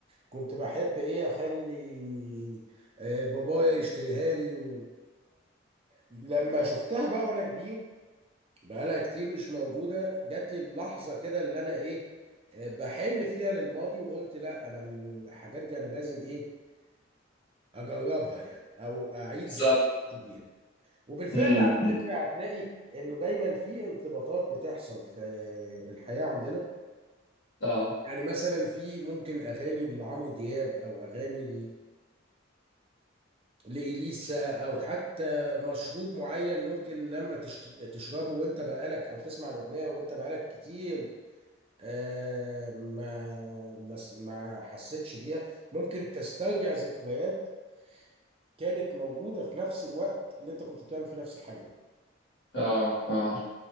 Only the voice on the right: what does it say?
كنت بحب ايه اخلي آه، بابايا يشتريها لي و... لما شفتها بقى وانا كبير بقالها كتير مش موجوده جات لي اللحظه كده اللي انا ايه آه، بحن فيها للماضي وقلت لا انا الحاجات دي انا لازم ايه اجربها يعني او اعيد
ذكرياتي بيها وبالفعل
على فكره هتلاقي انه دايما في ارتباطات بتحصل في الحياه عندنا
يعني مثلا في ممكن اغاني لعمرو دياب او اغاني لإليسا أو حتى مشروب معين ممكن لما تشت- تشربه وأنت بقالك أو تسمع الأغنية وأنت بقالك كتير آه، ما ما س- ما حسيتش بيها ممكن تسترجع ذكريات كانت موجودة في نفس الوقت اللي أنت كنت بتعمل فيه نفس الحاجة دي.